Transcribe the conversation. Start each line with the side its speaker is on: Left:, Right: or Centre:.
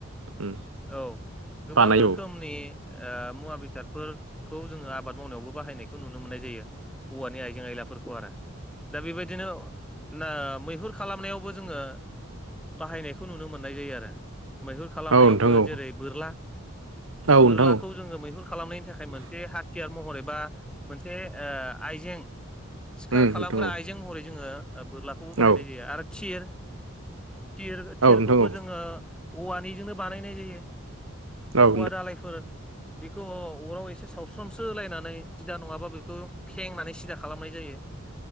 Right: उम
Centre: औ गोबां
Right: बानायो
Centre: रोखोमनि ओ मुवा बेसादफोरखौ जोङो आबाद मावनायावबो बाहायनायखौ नुनो मोननाय जायो औवानि आइजें आयलाफोरखौ आरो। दा बेबायदिनो ना मैहुर खालामनायावबो जोङो बाहायनायखौ नुनो मोननाय जायो आरो। मैहुर खालामनायावबो
Right: औ नोंथां औ
Centre: जेरै बोरला
Right: औ
Centre: बोरलाखौ
Right: नोंथां औ
Centre: जोङो मैहुर खालामनायनि थाखाय खाय मोनसे हाथियार महर एबा <unintelligible> ओ आइजें सिखार
Right: उम
Centre: खालामग्रा
Right: नोंथां औ
Centre: आइजें महरै जोङो बोरला खौबो बाहायनाय
Right: औ
Centre: जायो आरो थिर तिर
Right: औ नोंथां औ
Centre: थिरखौबो
Right: नोंथां औ
Centre: जोङो औवानिजोंनो बानायनाय जायो।
Right: औ नोंथां औ नोंथां औ नोंथां औ
Centre: औवा दालायफोर बेखौ अराव एसे सावस्रोमसोलायनानै सिदा नङाबा खौ फेंनानै सिदा खालामनाय जायो